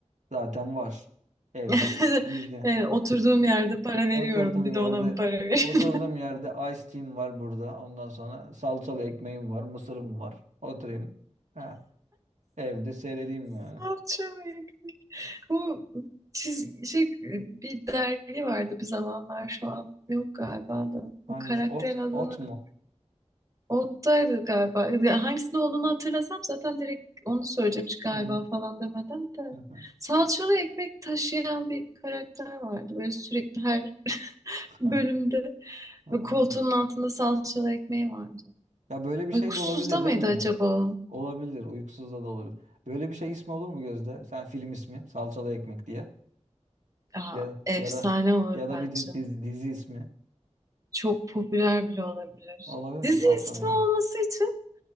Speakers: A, on the right (about 85°); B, on the right (about 25°).
A: Zaten var. Evde
B: <laughs>
A: bizde.
B: E, oturduğum yerde para veriyorum.
A: Oturduğum
B: Bir
A: yerde
B: de ona mı para veriyorum?
A: oturduğum yerde ice tea'm var burada. Ondan sonra salçalı ekmeğim var, mısırım var. Oturayım. Ha, evde seyredeyim
B: <laughs>
A: yani.
B: Salça ve ekmek. Bu çiz şey, bir dergi vardı bir zamanlar şu an yok galiba da.
A: Hangisi?
B: O karakterin
A: Ot?
B: adını
A: Ot mu?
B: Ottaydı galiba. Ya hangisinde olduğunu hatırlasam zaten direkt onu söyleyeceğim hiç galiba
A: Hı hı.
B: falan demeden de.
A: Hı hı.
B: Salçalı ekmek taşıyan bir karakter vardı. Böyle sürekli her
A: <laughs>
B: bölümde
A: Ha.
B: ve koltuğunun altında salçalı ekmeği vardı.
A: Ya böyle bir
B: Uykusuzda
A: şey de olabilir
B: mıydı
A: değil mi
B: acaba
A: ya?
B: o?
A: Olabilir. Uykusuz da da olabilir. Böyle bir şey ismi olur mu Gözde? Sen film ismi. Salçalı ekmek diye.
B: Aa,
A: Ya da
B: efsane
A: ya da
B: olur
A: ya da
B: bence.
A: bir dizi, dizi, dizi ismi.
B: Çok popüler bile olabilir.
A: Olabilir
B: Dizi
A: mi? Salçalı
B: ismi
A: ekmek.
B: olması için